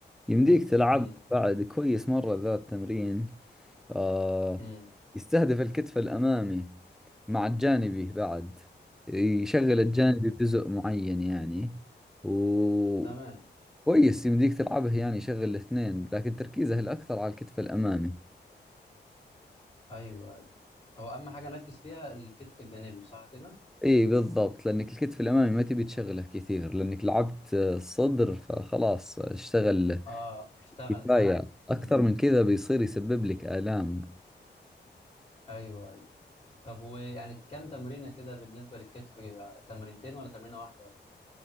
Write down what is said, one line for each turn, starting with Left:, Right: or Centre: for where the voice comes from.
Centre: يمديك تلعب
Left: امم
Centre: بعد كويس مرة ذا التمرين أه
Left: امم
Centre: يستهدف الكتف الأمامي مع الجانبي بعد يشغل الجانبي
Left: امم
Centre: بجزء معين يعني و
Left: تمام
Centre: كويس يمديك تلعبه يعني يشغل الاثنين لكن تركيزه الأكثر على الكتف الأمامي
Left: ايوه أيوة. هو اهم حاجة نركز فيها الكتف الجانبي صح كده
Centre: اي بالضبط لانك الكتف الامامي ما تبي تشغله كثير لانك لعبت آه، الصدر فخلاص اشتغل
Left: اه اشتغل
Centre: كفاية
Left: معايا
Centre: اكثر
Left: مم.
Centre: من كذا بيصير يسبب لك الام
Left: ايوه ايوه طب ويعني كام تمرينه كده بالنسبه للكتف آه، تمرينتين ولا تمرينه واحده ولا ايه